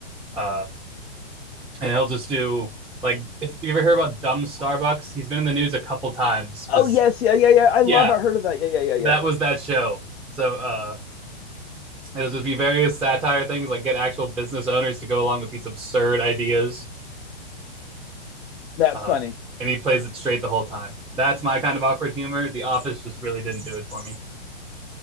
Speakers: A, in the centre; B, on the left (about 65°).
A: Uh and he'll just do like if you ever hear about dumb Starbucks, he's been in the news a couple times
B: Oh
A: because
B: yes, yeah, yeah, yeah. I
A: yeah,
B: love. I heard of that. Yeah, yeah, yeah, yeah.
A: that was that show. So uh It'll just be various satire things, like get actual business owners to go along with these absurd ideas.
B: That's
A: Uh,
B: funny.
A: and he plays it straight the whole time. That's my kind of awkward humor. The Office just really didn't do it for me.